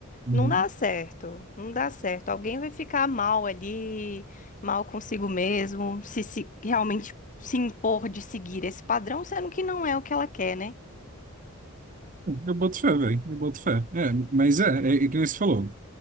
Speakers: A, on the right; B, on the left.
A: uhum.
B: não dá certo. Não dá certo. Alguém vai ficar mal ali, mal consigo mesmo, se, se realmente se impor de seguir esse padrão, sendo que não é o que ela quer, né?
A: Eu boto fé, velho. Eu boto fé. É, mas é, é, é que nem você falou.